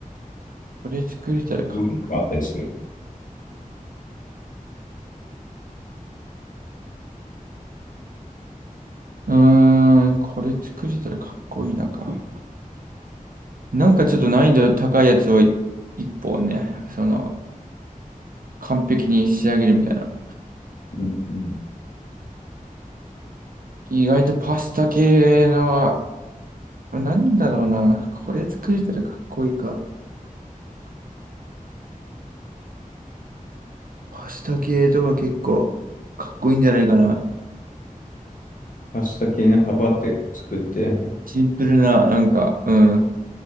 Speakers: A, on the right; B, on the left.
A: これ作れたらか、
B: 料理とかあったりする。
A: うーん、これ作れたらかっこいいなか。なんかちょっと難易度高いやつをい一本ね、その、完璧に仕上げるみたいな。
B: うんうん
A: 意外とパスタ系の、なんだろうな。これ作れたらかっこいいか。パスタ系とか結構かっこいいんじゃないかな。
B: パスタ系ね、パパって作って。
A: シンプルな、なんか、うん。